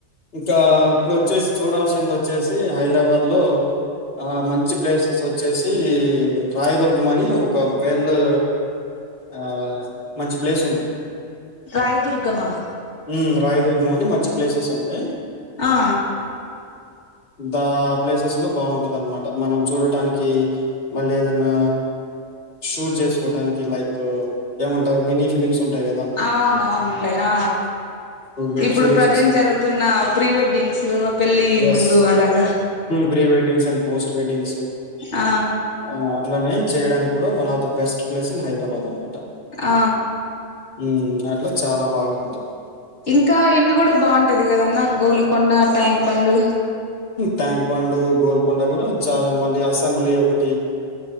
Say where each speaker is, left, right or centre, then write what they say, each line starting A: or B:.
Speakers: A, on the left; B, on the left.
A: ఇంకా ఇప్పుడు వచ్చేసి చూడాల్సింది వచ్చేసి హైదరాబాద్లో ఆ మంచి ప్లేసెస్ వచ్చేసి రాయదుర్గం అని ఒక వేళ్ళా ఆ మంచి ప్లేస్ ఉండే
B: రాయదుర్గమా
A: మ్ రాయదుర్గం అని మంచి ప్లేసెస్ ఉంటాయి
B: ఆ
A: దా ప్లేసెస్ లో బాగుంటది అన్నమాట మనం చూడటానికి మళ్ళీ ఏదన్నా షూట్ చేసుకోటానికి లైక్ ఏమంటారు మినీ ఫిలిమ్స్ ఉంటాయి కదా
B: అవును అవును అవునులే ఆ
A: వెబ్
B: ఇప్పుడు
A: సీరీసెస్.
B: ప్రజెంట్ జరుగుతున్న ప్రీ వెడ్డింగ్స్ పెళ్ళి
A: యెస్.
B: ముందు అలాగా
A: pre weddings and post weddings
B: ఆ
A: ఆ అట్లానే చేయడానికి కూడా one of the best place in Hyderabad అనమాట
B: ఆ
A: హమ్ అట్లా చాలా బాగా ఉంటుంది
B: ఇంకా ఇవి కూడా బాగుంటది కదన్న Golconda tank bund
A: tank bund Golconda కూడా చాలా మళ్ళీ అసెంబ్లీ ఒకటి